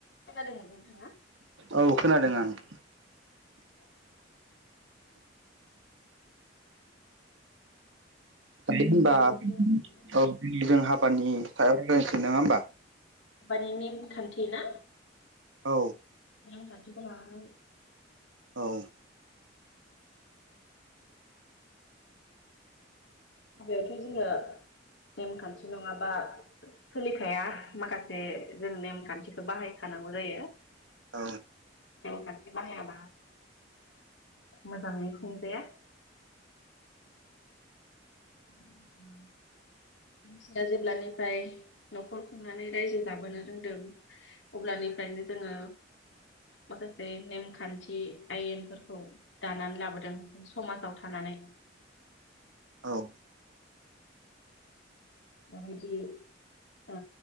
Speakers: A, on the left (about 70°); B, on the right (about 85°).
A: खोनादों नोंथाङा?
B: औ खोनादों आं <inaudible>
A: औ
B: होनबा
A: बिदिब्ला जोंहा
B: जोंहाब हानि सायाव रायलायसै नङा होनोमबा?
A: बानाननि नेम खान्थिना?
B: औ
A: नेमखानथिखौ लानानै
B: औ
A: हाबायावथ' जोंहा नेमखान्थि नङाबा सोलिखाया माखासे जों नेमखान्थिखौ बाहायखानांगौ जायो।
B: औ
A: नेमखान्थि बाहायाबा मोजाङै खुंजाया औ मानसिया जेब्लानिफ्राय नखर खुंनानै रायजो जाबोनो रोंदों अब्लानिफ्रायनो जोङो माखासे नेमखान्थि आयेनफोरखौ दानानै लाबोदों जों समाजाव थानानै।
B: औ
A: दाबदि ओ